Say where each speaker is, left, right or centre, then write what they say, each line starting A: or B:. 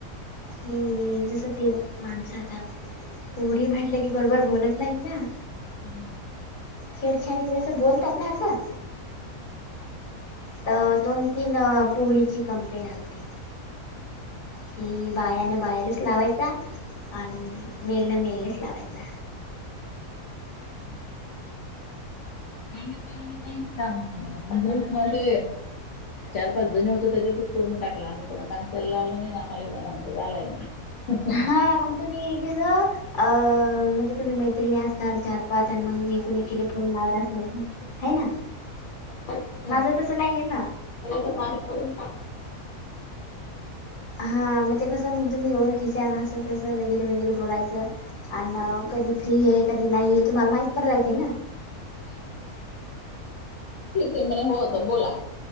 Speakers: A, on the left; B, on the left.
A: कि जसं ती माणसं आता पोरी म्हटलं की बरोबर बोलत नाहीत ना
B: हम्म
A: छेडछाडी जसं बोलतात ना असं
B: हा
A: तर दोन-तीन अं पोरीची कंप्लेंट आलती
B: हं
A: की बायानं बायालाच लावायचा. आणि मेलनं मेलेलाच लावायचा.
B: <inaudible> त्यामुळे तर आम्ही चान्स लावणार. ग्रुप मध्ये चार, पाच जणी होत. त्याच्यात करून टाकला आम्ही त्यांना याला ही आम्हा ही आला नाही. हो
A: हा मग तुम्ही एक अ म्हणजे तुम्ही मैत्रिणी असताल. चार, पाच आणि मग ऐकुऐक फोन लावत. असनार हाय ना?
B: तेवढ्यातच
A: माझं तसं नाहीये ना.
B: आम्ही करून टाकलं <unintelligible>
A: हा मग ते कस, मग तुम्ही ओळखीच्या ना अस तसं वगैरे वगैरे बोलायचं. अन कधी फ्री आहे, कधी नाही आहे, तुम्हाला माहित पण रहात ना.
B: <unintelligible> हो होत बोला